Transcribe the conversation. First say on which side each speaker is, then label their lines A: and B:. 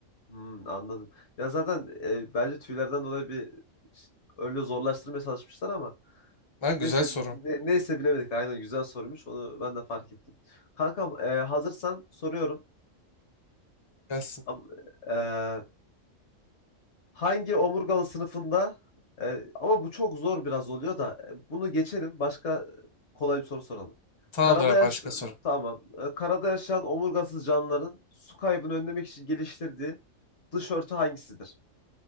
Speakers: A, on the left (about 60°); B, on the left (about 35°).
A: Hmm, anladım. Ya zaten e, bence tüylerden dolayı bir ş- öyle zorlaştırmaya çalışmışlar ama
B: Lan
A: neyse
B: güzel soru.
A: ne- neyse bilemedik. Aynen güzel sormuş. Onu ben de fark ettim. Kankam e, hazırsan soruyorum.
B: Gelsin.
A: Am- e, hangi omurgalı sınıfında e, ama bu çok zor biraz oluyor da e, bunu geçelim. Başka kolay bir soru soralım.
B: Tamamdır
A: Karada
B: abi
A: yaş
B: başka soru.
A: tamam. E, karada yaşayan omurgasız canlıların su kaybını önlemek için geliştirdiği dış örtü hangisidir?